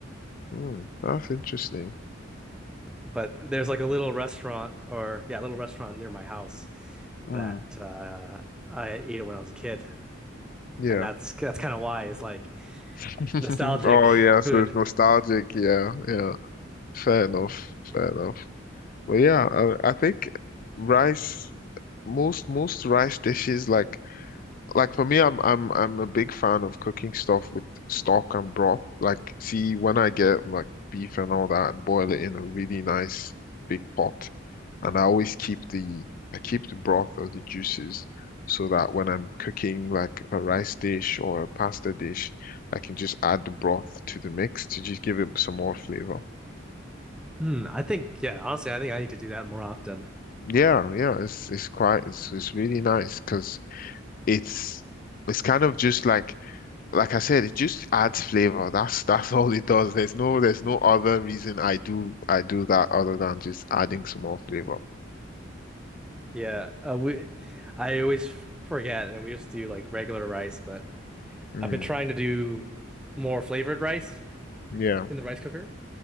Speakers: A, on the left (about 45°); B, in the centre.
A: Hmm, that's interesting.
B: but there's like a little restaurant or yeah a little restaurant near my house
A: Mm,
B: that uh I ate it when I was a kid
A: yeah.
B: and that's that's kind of why it's like
A: <laughs>
B: nostalgic
A: Oh yeah, so
B: food
A: it's nostalgic. Yeah,
B: yeah
A: yeah. Fair enough. Fair enough. But yeah, I, I think rice. Most most rice dishes like like for me, I'm I'm I'm a big fan of cooking stuff with stock and broth. Like, see, when I get like beef and all that, I boil it in a really nice big pot, and I always keep the I keep the broth or the juices so that when I'm cooking like a rice dish or a pasta dish, I can just add the broth to the mix to just give it some more flavor.
B: Hmm, I think yeah, honestly, I think I need to do that more often.
A: Yeah, yeah, it's it's quite it's it's really nice because it's it's kind of just like like I said, it just adds flavor. That's that's all it does. There's no there's no other reason I do I do that other than just adding some more flavor.
B: Yeah, uh, we I always forget and we just do like regular rice, but
A: Mm,
B: I've been trying to do more flavored rice
A: yeah.
B: in the rice cooker.